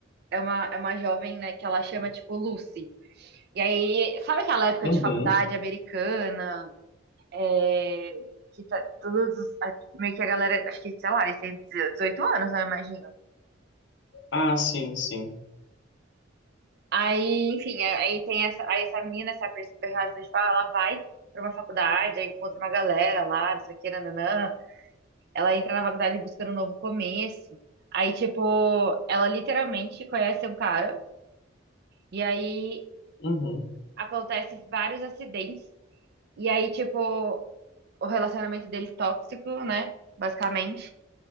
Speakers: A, on the right; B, on the left.
A: é uma, é uma jovem, né, que ela chama, tipo, Lucy. E aí, sabe aquela época
B: Uhum.
A: de faculdade americana, é, que tá todos, os- a- meio que a galera, acho que, sei lá, eles têm 18 anos, né, eu imagino.
B: Ah, sim, sim.
A: Aí, enfim, é- aí tem essa, aí essa menina, essa pers- personagem principal, ela vai pra uma faculdade, aí encontra uma galera lá, não sei o que, nananã. Ela entra na faculdade buscando um novo começo. Aí, tipo, ela literalmente conhece um cara. E aí
B: Uhum.
A: acontece vários acidentes. E aí, tipo, o relacionamento deles tóxico, né? Basicamente.